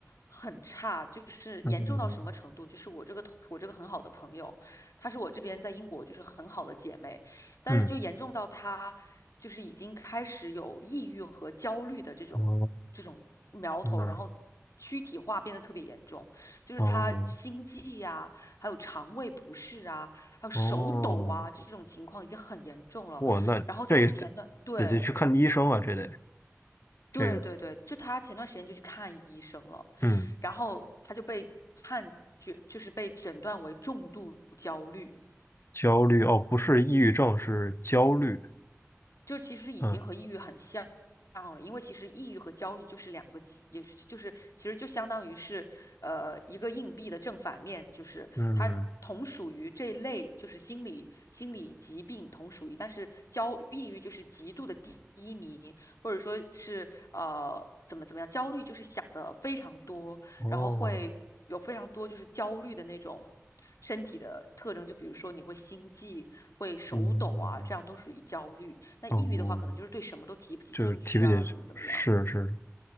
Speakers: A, on the left; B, on the left.
A: 很差，就是严重到什么程度？
B: 嗯
A: 就是我这个同我这个很好的朋友，她是我这边在英国就是很好的姐妹。但是就严重到他就是已经开始有抑郁和焦虑的这种这种苗头，
B: 嗯，哦，那
A: 然后躯体化变得特别严重，就是他心悸呀、
B: 哦。
A: 还有肠胃不适啊，还有手抖啊这种情况已经很严重了。
B: 哦，哇，那这个得得得去看医生啊，
A: 然后他就前段对
B: 这得
A: 对对对，
B: 这个得，
A: 就他前段时间就去看医生了，
B: 嗯，
A: 然后他就被判决就是被诊断为重度焦虑。
B: 焦虑哦，不是抑郁症，是焦虑，
A: 就其实已经和抑郁很像了，
B: 嗯
A: 因为其实抑郁和焦虑就是两个极，也是就是其实就相当于是呃一个硬币的正反面，就是它同属于这类就是心理心理疾病同属于，
B: 嗯，
A: 但是焦抑郁就是极度的低迷，或者说是呃怎么怎么样，焦虑就是想的非常多，
B: 哦，
A: 然后会有非常多就是焦虑的那种。身体的特征，就比如说你会心悸、会手抖啊，
B: 嗯，
A: 这样都属于焦虑。那抑郁的话，
B: 哦，
A: 可能就是对什么都提不起兴趣啊，
B: 就是提不起，
A: 怎么怎么样？
B: 是是，